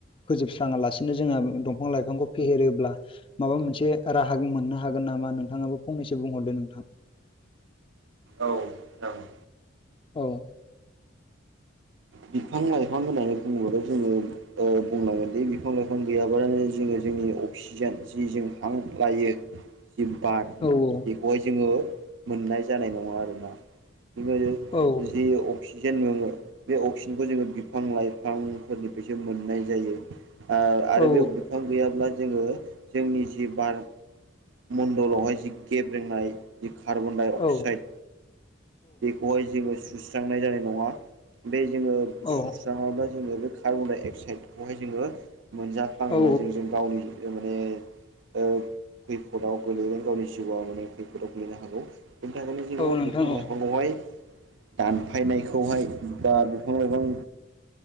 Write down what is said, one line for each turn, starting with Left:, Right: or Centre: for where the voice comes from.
Left: फोजोबस्राङालासिनो जोङो दंफां लाइफांखौ फेहेरोब्ला माबा मोनसे राहा मोननो हागोन नामा नोंथाङाबो फंनैसो बुंहरदो नोंथां
Right: औ जागोन
Left: औ
Right: बिफां लाइफां होननानै बुङोब्ला जोङो बुंनांगोन बे बिफां लाइफां गैयाब्लानो जोङो जोंनि अफिस सिजोन जि जों हां लायो जि बाग
Left: औ औ
Right: बय जोङो मोननाय जानाय नङा आरोना जोङो जों
Left: औ
Right: बुजियो अ अक्सिजेन मोनङो बे अक्सिजेनखौ जोङो बिफां लाइफांफोरनिफ्रायसो मोननाय जायो ओ आरो
Left: औ
Right: बे बिफां गैयाब्ला जोङो जोंनि जि बार मण्न्दलावहाय जि गेब रेंनाय जि कार्बन डाइ अक्साइड
Left: औ
Right: बेखौहाय जोङो सुस्रांनाय जानाय नङा बे जोङो
Left: औ
Right: सुस्राङाब्ला जोङो बे खा कार्बन दाइ अक्साइदखौहाय जोङो मोनजाफ्लाङोबा
Left: औ
Right: जों जों गावनि माने खैफोदाव गो्लैगोन गावनि जिउआव माने खैफोदाव गोलैनो हागौ बेनि थाखायनो जोङो
Left: औ नोंथां
Right: बिफां
Left: औ
Right: लाइफांआवहाय दानफायनायखौहाय बा बिफां लाइफां